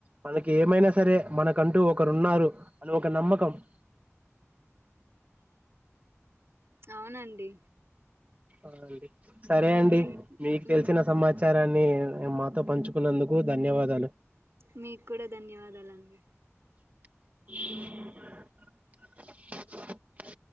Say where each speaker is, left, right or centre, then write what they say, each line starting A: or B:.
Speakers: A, on the right; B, on the right.
A: మనకి ఏమైనా సరే మనకంటూ ఒకరు ఉన్నారు. అని ఒక నమ్మకం. <inaudible>
B: ప్చ్ అవునండి
A: ఆ అండి సరే
B: ఇంకేం
A: అండి. మీకు తెలిసిన
B: మ్మ్
A: సమాచారాన్ని
B: సరే
A: ఇగ్ మాతో పంచుకున్నందుకు ధన్యవాదాలు.
B: మీకూడా ధన్యవాదాలండి.
A: <inaudible> <inaudible>